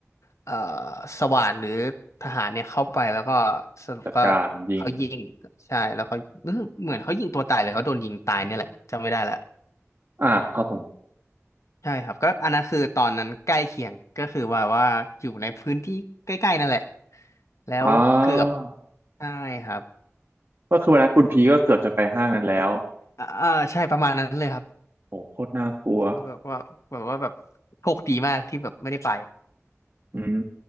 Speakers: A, on the left; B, on the right.
A: เอ่อสว่านหรือทหารเนี่ยเข้าไปแล้วก็สรุปก็
B: จัดการยิง
A: เขายิงใช่แล้วเขาเหมือนเขายิงตัวตายเลยเขาโดนยิงตายเนี่ยแหละจำไม่ได้ละ
B: อ่าครับผม
A: ใช่ครับก็อันนั้นคือตอนนั้นใกล้เคียงก็คือว่าว่าอยู่ในพื้นที่ใกล้ๆนั่นแหละแล้วเกือบ
B: อ่า
A: ใช่ครับ
B: ก็คือวันนั้นคุณพีก็เกือบจะไปห้างนั้นแล้ว
A: อ่าอ่าใช่ประมาณนั้นเลยครับ
B: โหโคตรน่ากลัว
A: แล้วแบบว่าแบบว่าแบบโชคดีมากที่แบบไม่ได้ไป
B: อืม